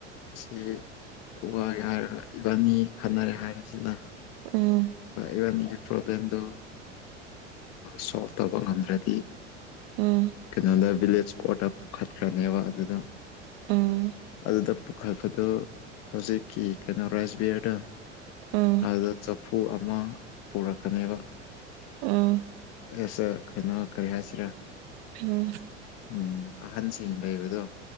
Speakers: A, on the left; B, on the right.
A: ꯑꯁꯤ ꯎ ꯋꯥ ꯍꯥꯏꯔ ꯏꯕꯥꯅꯤ ꯈꯟꯅꯔꯦ ꯍꯥꯏꯔꯁꯤꯅ
B: ꯎꯝ
A: ꯏꯕꯟꯒꯤ ꯄ꯭ꯔꯣꯕ꯭ꯂꯦꯝꯗꯨ ꯁꯣꯜꯕ ꯇꯧꯕ ꯉꯝꯗ꯭ꯔꯗꯤ
B: ꯎꯝ
A: ꯀꯩꯅꯣꯗ ꯚꯤꯂꯦꯖ ꯏꯁꯄꯣꯠ ꯈꯠꯈ꯭ꯔꯅꯦꯕ ꯑꯗꯨꯗ
B: ꯎꯝ
A: ꯑꯗꯨꯗ ꯄꯨꯈꯠꯄꯗꯣ ꯍꯧꯖꯤꯛꯀꯤ ꯀꯩꯅꯣ ꯔꯥꯏꯁ ꯕꯤꯌꯔꯗ
B: ꯎꯝ
A: ꯑꯗꯨꯗ ꯆꯐꯨ ꯑꯃ ꯄꯨꯔꯛꯀꯅꯦꯕ
B: ꯎꯝ
A: ꯌꯦꯁ ꯀꯩꯅ ꯀꯔꯤ ꯍꯥꯏꯁꯤꯔꯥ
B: ꯎꯝ
A: ꯎꯝ ꯑꯍꯟꯁꯤꯡ ꯂꯩꯕꯗꯣ